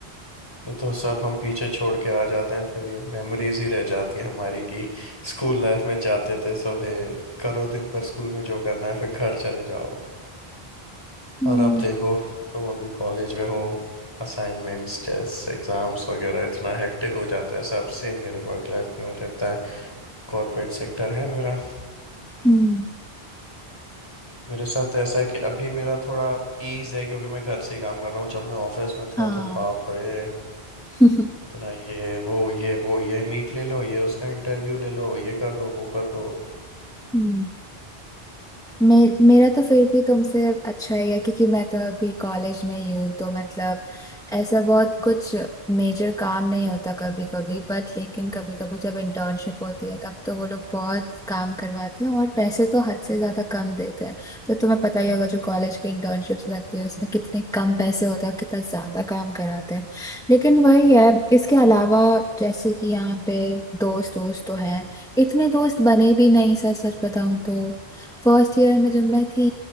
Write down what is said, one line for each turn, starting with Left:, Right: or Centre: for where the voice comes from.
Left: ये तो सब हम पीछे छोड़ के आ जाते हैं फिर ये मेमोरीज ही रह जाती है हमारी कि स्कूल लाइफ में जाते थे सुबह करो दिन भर स्कूल में जो करना है फिर घर चले जाओ
Centre: हम्म,
Left: और अब देखो तुम अभी कॉलेज में हो असाइनमेंट्स टेस्ट एग्जाम्स वगैरह इतना हेक्टिक हो जाता है सब सेम मेरे वर्क लाइफ में हो रहता है कॉर्पोरेट सेक्टर है मेरा
Centre: हम्म
Left: मेरे साथ तो ऐसा है कि अभी मेरा थोड़ा ईज है क्योंकि मैं घर से ही काम कर रहा हूँ जब मैं ऑफिस में
Centre: हाँ
Left: था तो बाप रे
Centre: <laughs>
Left: इतना ये वो ये वो ये मीट ले लो ये उसका इंटरव्यू ले लो ये कर लो वो कर दो
Centre: हम्म। मे, मेरा तो फिर भी तुमसे अच्छा ही है क्योंकि मैं तो अभी कॉलेज में ही हूँ तो मतलब ऐसा बहुत कुछ मेजर काम नहीं होता कभी कभी बट लेकिन कभी कभी जब इंटर्नशिप होती है तब तो वो लोग बहुत काम करवाते हैं और पैसे तो हद से ज्यादा कम देते हैं तो तुम्हें पता ही होगा जो कॉलेज की इंटर्नशिप्स लगती है उसमें कितने कम पैसे होते हैं और कितना ज्यादा काम कराते हैं लेकिन वही है इसके अलावा जैसे कि यहाँ पे दोस्त दोस्त तो हैं इतने दोस्त बने भी नहीं सच सच बताऊं तो फर्स्ट ईयर में जब मैं थी